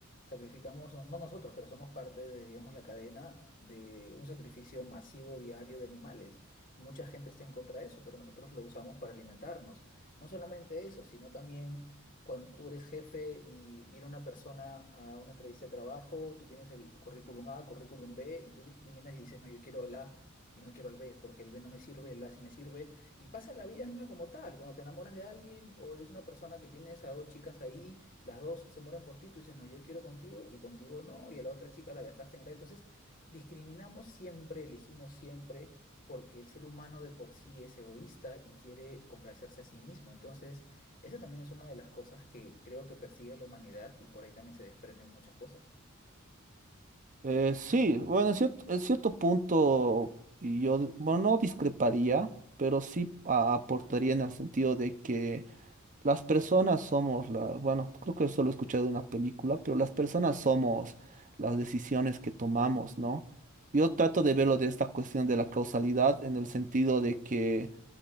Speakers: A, on the left; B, on the right.
A: Sacrificamos, no no nosotros, pero somos parte de, digamos, la cadena de un sacrificio masivo diario de animales. Mucha gente está en contra de eso, pero nosotros lo usamos para alimentarnos. No solamente eso, sino también cuando tú eres jefe y viene una persona a una entrevista de trabajo, tú tienes el currículum A, currículum B, y tú discriminas y dices, no, yo quiero el A y no quiero el B, porque el B no me sirve, el A sí me sirve. Y pasa en la vida misma como tal. Cuando te enamoras de alguien o eres una persona que tienes a dos chicas ahí, las dos se mueren por ti, tú dices, no, yo quiero contigo y contigo no, y a la otra chica la dejaste en el A. Entonces, discriminamos siempre, elegimos siempre, porque el ser humano de por sí es egoísta y quiere complacerse a sí mismo. Entonces, esa también es una de las cosas que creo que persigue la humanidad y por ahí también se desprenden muchas cosas.
B: Eh, sí, bueno, en cierto, en cierto punto yo, bueno, no discreparía, pero sí a- aportaría en el sentido de que Las personas somos la, bueno, creo que solo he escuchado de una película, pero las personas somos las decisiones que tomamos, ¿no? Yo trato de verlo de esta cuestión de la causalidad en el sentido de que